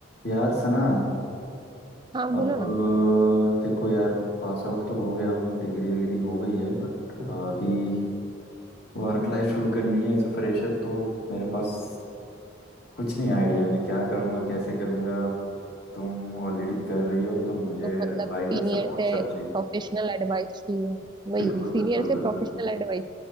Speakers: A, on the left; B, on the right.
A: यार सना
B: हाँ बोलो
A: अब
B: ना
A: अ, देखो यार पास आउट तो हो गया हूँ डिग्री विग्री हो गई है बट अभी वर्क लाइफ शुरू करनी है एज अ फ्रेशर तो मेरे पास कुछ नहीं आइडिया है मैं क्या करूँगा कैसे करूँगा तुम ऑलरेडी कर रही हो तो मुझे
B: तो
A: एडवाइस
B: मतलब सीनियर
A: और सपोर्ट
B: से
A: सब चाहिए
B: प्रोफेशनल एडवाइस चाहिए वही
A: बिल्कुल
B: सीनियर
A: बिल्कुल
B: से
A: बिल्कुल
B: प्रोफेशनल एडवाइस